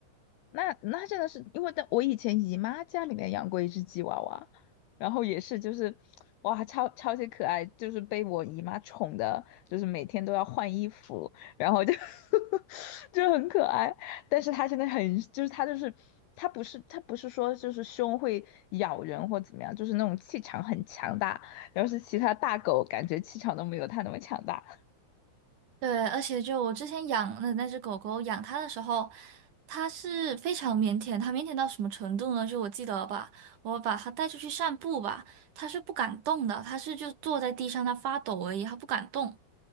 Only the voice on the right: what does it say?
对，而且就我之前养的那只狗狗，养它的时候，它是非常腼腆，它腼腆到什么程度呢？就我记得吧，我把它带出去散步吧，它是不敢动的，它是就坐在地上，它发抖而已，它不敢动，